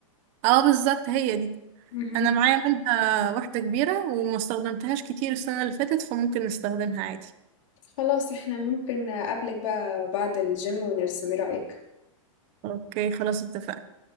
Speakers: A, on the right; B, on the left.
A: اه بالظبط هي دي
B: مهم.
A: انا معايا منها واحدة كبيرة وما استخدمتهاش كتير السنة اللي فاتت فممكن نستخدمها عادي
B: خلاص احنا ممكن اقابلك بقى بعد الجيم ونرسم ايه رأيك
A: اوكي خلاص اتفقنا